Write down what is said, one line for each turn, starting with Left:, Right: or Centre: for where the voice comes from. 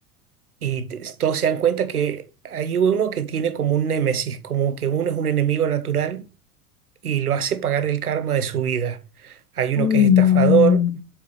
Right: y te- todos se dan cuenta que hay uno que tiene como un némesis, como que uno es un enemigo natural y lo hace pagar el karma de su vida. Hay
Left: Uy,
Right: uno que es estafador
Left: no, no, no, no. no.